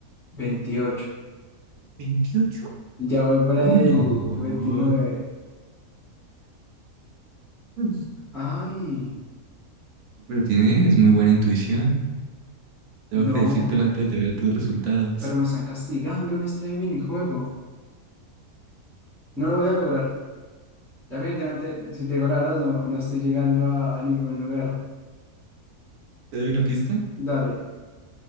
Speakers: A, in the centre; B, on the right.
A: veintiocho
B: veintiocho,
A: Ya voy para
B: Uy,
A: el
B: no.
A: veintinueve
B: Pues,
A: Ay,
B: Pero tienes muy buena intuición. Tengo
A: no,
B: que decírtelo antes de ver tus resultados.
A: pero me están castigando en este minijuego. No lo voy a lograr. Definitivamente, si te digo la verdad, no, no estoy llegando a, a ningún lugar.
B: ¿Te doy una pista?
A: Dale.